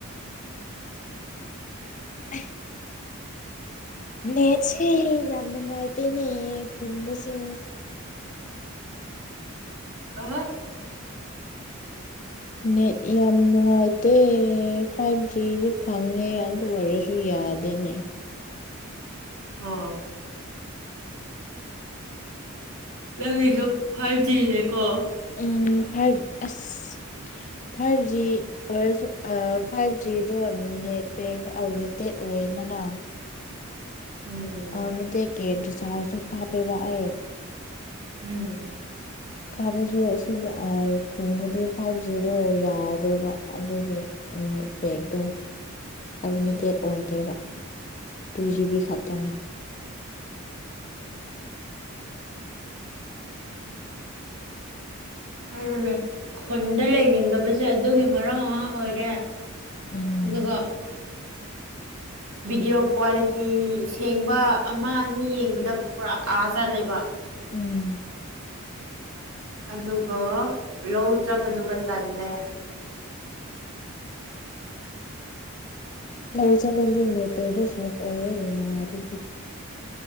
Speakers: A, on the left; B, on the right.
A: <unintelligible> ꯅꯦꯠꯁꯦ ꯌꯥꯝ ꯅꯨꯡꯉꯥꯏꯇꯦꯅꯦ ꯈꯨꯟꯗꯁꯦ
B: <unintelligible>
A: ꯅꯦꯠ ꯌꯥꯝ ꯅꯨꯡꯉꯥꯏꯇꯦ ꯐꯥꯏꯚ ꯖꯤꯁꯨ ꯐꯪꯉꯦ ꯑꯗꯨ ꯑꯣꯏꯔ ꯁꯨ ꯌꯥꯗꯦꯅꯦ
B: ꯑꯣ ꯅꯪꯒꯤꯁꯨ ꯐꯥꯏꯚ ꯖꯤꯅꯦꯀꯣ
A: ꯑꯝ ꯐꯥꯏꯚ ꯑꯁ ꯐꯥꯏꯚ ꯖꯤ ꯑꯣꯏꯔꯁꯨ ꯑ ꯐꯥꯏꯚ ꯖꯤꯗꯣ ꯅꯦꯠ ꯄꯦꯛꯗꯣ ꯑꯜꯃꯤꯇꯦꯠ ꯑꯣꯏꯌꯦꯅꯅ
B: ꯎꯝ
A: ꯑꯜꯃꯤꯇꯦꯛ ꯀꯤ ꯔꯤꯆꯥꯥꯔꯖꯇꯨ ꯀꯥꯞꯄꯦꯕ ꯑꯩ
B: ꯎꯝ
A: ꯀꯥꯕꯁꯨ ꯑꯁꯤꯗ ꯑ ꯈꯨꯟꯗꯗꯤ ꯐꯥꯏꯚ ꯖꯤꯗꯣ ꯌꯥꯗꯦꯕ ꯑꯗꯨꯒꯤ ꯅ‌ꯦꯠ ꯄꯦꯛꯇꯣ ꯑꯟꯂꯤꯃꯤꯇꯦꯠ
B: ꯎꯝ
A: ꯑꯣꯏꯗꯦꯕ ꯇꯨ
B: ꯎꯝ
A: ꯖꯤꯕꯤ ꯈꯛꯇꯅꯦ
B: ꯑꯗꯨꯅ‌ꯦ ꯈꯨꯟꯗ ꯂꯩꯅꯤꯡꯗꯕꯁꯦ ꯑꯗꯨꯒꯤ ꯃꯔꯝ ꯑꯃ ꯑꯣꯏꯔꯦ
A: ꯎꯝ
B: ꯑꯗꯨꯒ ꯚꯤꯗꯤꯑꯣ ꯀ꯭ꯋꯥꯂꯤꯇꯤ ꯁꯦꯡꯕ ꯑꯃ ꯑꯅꯤ ꯌꯦꯡꯕꯗ ꯄꯨꯔꯥ ꯑꯥ ꯆꯜꯂꯦꯕ
A: ꯎꯝ
B: ꯑꯗꯨꯒ ꯂꯧ ꯆꯠꯄꯗꯨꯒ ꯇꯜꯂꯦ
A: ꯂꯧ ꯆꯠꯂꯗꯤ ꯅꯦꯠ ꯄꯦꯛꯗꯣ ꯁꯦꯐ ꯑꯣꯏꯌꯦ ꯅꯨꯡꯉꯥꯏꯔꯦ ꯑꯗꯨꯒꯤ